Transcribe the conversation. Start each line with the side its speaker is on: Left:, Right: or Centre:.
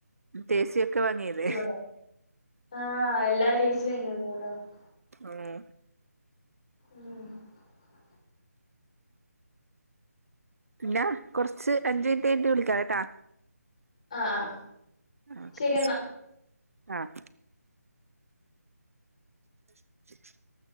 Right: ടേസിയൊക്കെ വാങ്ങിയത്.
Left: ഇവിടെ ആഹ് എല്ലാരും <unintelligible>
Right: ആഹ്
Left: മ്
Right: പിന്നെ കൊർച്ച് അഞ്ച് മിനിറ്റ് കയിഞ്ഞിട്ട് വിളിക്കാം കേട്ടാ.
Left: ആഹ് ആഹ്
Right: ആഹ് ഓക്കെ
Left: ശരി എന്നാ
Right: ആഹ് <inaudible>